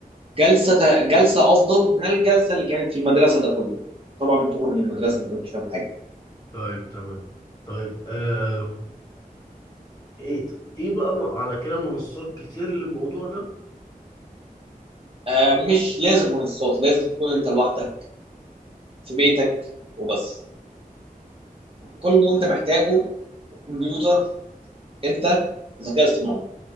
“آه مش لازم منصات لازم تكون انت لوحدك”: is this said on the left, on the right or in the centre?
Right